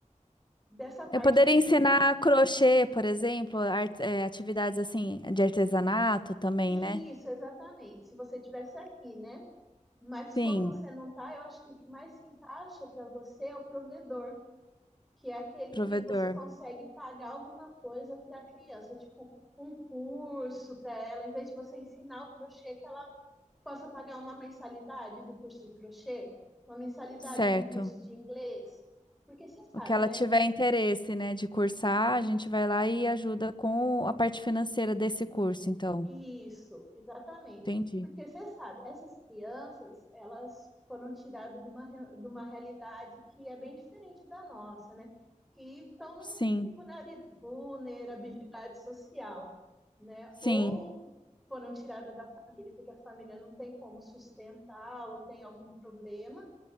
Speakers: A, in the centre; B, on the left.
A: dessa parte
B: Eu poderia
A: que você.
B: ensinar crochê, por exemplo, art- é, atividades assim de artesanato também,
A: Isso,
B: né?
A: exatamente. Se você tivesse aqui, né? Mas
B: Sim,
A: como você não está, eu acho que o que mais se encaixa para você é o provedor, que é aquele
B: provedor.
A: que você consegue pagar alguma coisa para a criança, tipo um curso para ela, em vez de você ensinar o crochê, que ela possa pagar uma mensalidade do curso de crochê, uma mensalidade
B: Certo.
A: de um curso de inglês. Porque você sabe,
B: O que ela
A: né?
B: tiver interesse, né, de cursar, a gente vai lá e ajuda com a parte financeira desse curso, então.
A: Isso, exatamente.
B: Entendi.
A: Porque você sabe, essas crianças, elas foram tiradas de uma, re- de uma realidade que é bem diferente da nossa, né? Que estão
B: Sim,
A: em vulnera- vulnerabilidade social, né?
B: sim.
A: Ou foram tiradas da família, porque a família não tem como sustentar ou tem algum problema,